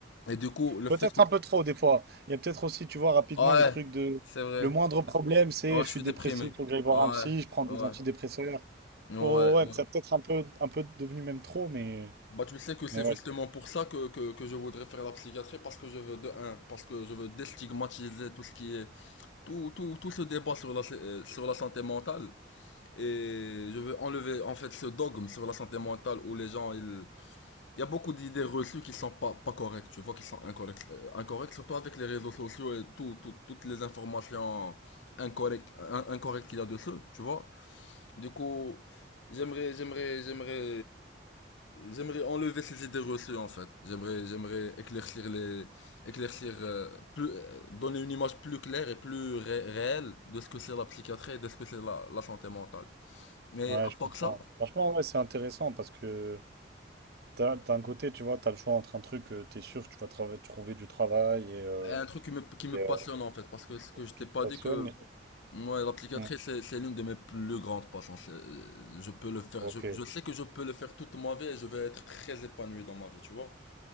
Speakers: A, on the left; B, on the right.
A: Et du coup, le
B: Peut-être
A: fait que...
B: un peu trop, des fois. Il y a peut-être aussi, tu vois, rapidement,
A: Ouais,
B: le truc de...
A: c'est vrai.
B: Le moindre problème, c'est
A: Ouais,
B: je
A: je
B: suis
A: suis
B: dépressif,
A: déprimé.
B: faut que j'aille voir
A: Ouais,
B: un psy, je prends
A: ouais,
B: des antidépresseurs.
A: ouais,
B: Faut... Ouais,
A: ouais.
B: ça peut être un peu, un peu devenu même trop, mais...
A: Bah, tu sais que c'est
B: Mais ouais,
A: justement pour ça que, que, que je voudrais faire la psychiatrie, parce que je veux, de un, parce que je veux déstigmatiser tout ce qui est, tout, tout, tout ce débat sur la, euh, sur la santé mentale. Et je veux enlever en fait ce dogme sur la santé mentale où les gens, ils... il y a beaucoup d'idées reçues qui sont pas, pas correctes, tu vois, qui sont incorrectes, euh, incorrectes, surtout avec les réseaux sociaux et tout, tout- toutes les informations incorrectes, in- incorrectes qu'il y a dessus, tu vois. Du coup, j'aimerais, j'aimerais, j'aimerais, j'aimerais enlever ces idées reçues en fait. J'aimerais, j'aimerais éclaircir les, éclaircir euh, plus, euh, donner une image plus claire et plus ré- réelle de ce que c'est la psychiatrie et de ce que c'est la la santé mentale. Mais
B: je- ouais,
A: à
B: je comprends.
A: part ça,
B: Franchement, ouais, c'est intéressant parce que t'as, t'as un côté, tu vois, t'as le choix entre un truc, tu t'es sûr que tu vas trava- trouver du travail et, euh,
A: il y a un truc qui me, qui me
B: et, euh,
A: passionne en fait, parce que ce que je t'ai
B: qui
A: pas
B: te passionne.
A: dit que
B: et-
A: moi, l'applicatrice,
B: Ouais.
A: c'est, c'est l'une de mes plus grandes passions. C'est- euh, Je peux le faire,
B: Ok.
A: je, je sais que je peux le faire toute ma vie et je vais être très épanoui dans ma vie, tu vois.